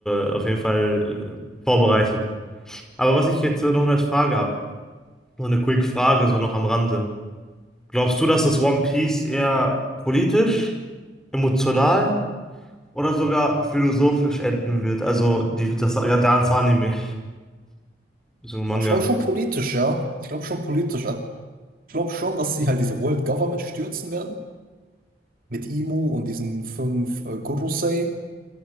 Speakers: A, in the centre; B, on the right.
A: äh, auf jeden Fall äh, vorbereitet. Aber was ich jetzt äh, noch als Frage habe, so eine Quick-Frage, so noch am Rande. Glaubst du, dass das One Piece eher politisch, emotional? Oder sogar philosophisch enden wird. Also die, das ja, ganze Anime, so ein Manga.
B: Aber ich glaube schon politisch, ja. Ich glaube schon politisch. Also ich glaube schon, dass sie halt diese World Government stürzen werden. mit Imu und diesen fünf äh, Gurusei.